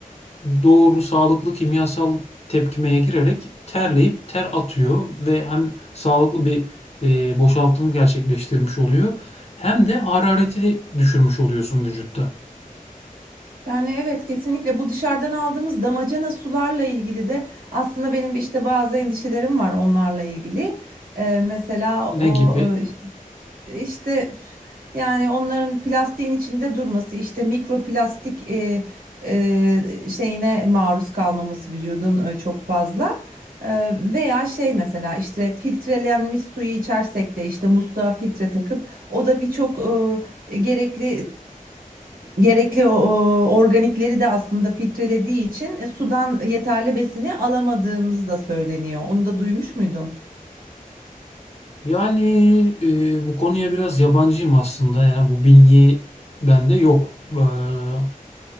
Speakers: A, on the left (about 45°); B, on the right (about 85°).
A: Doğru sağlıklı kimyasal tepkimeye girerek terleyip ter atıyor ve hem sağlıklı bir, eee, boşaltım gerçekleştirmiş oluyor hem de harareti de düşürmüş oluyorsun vücutta.
B: Yani evet kesinlikle bu dışarıdan aldığımız damacana sularla ilgili de aslında benim işte bazı endişelerim var onlarla ilgili. E, mesela
A: Ne
B: o
A: gibi?
B: İşte üf, yani onların plastiğin içinde durması işte mikroplastik e, e, şeyine maruz kalmamız vücudun e, çok fazla E, veya şey mesela işte filtrelenmiş suyu içersek de işte musluğa filtre takıp o da birçok e, gerekli e, gerekli o, o organikleri de aslında filtrelediği için e, sudan yeterli besini alamadığımız da söyleniyor. Onu da duymuş muydun?
A: Yani, eee, bu konuya biraz yabancıyım aslında. Yani bu bilgi bende yok. Eee,